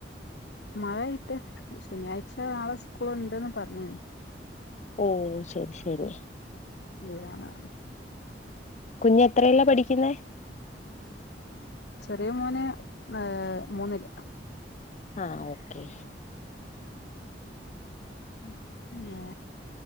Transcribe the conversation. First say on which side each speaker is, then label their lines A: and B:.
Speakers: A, on the left; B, on the left.
A: മഴായിട്ട് ശെനിയാഴ്ച നാളെ സ്കൂള് ഇണ്ട്ന്ന് പറഞ്ഞി
B: ഓ ശെരി ശെരി
A: ലീവാണ്
B: കുഞ്ഞ് എത്രയിലാ പഠിക്കുന്നേ
A: ചെറിയ മോന് ഏഹ് മൂന്നില്
B: ആ ഓക്കെ ഉം
A: പിന്നെ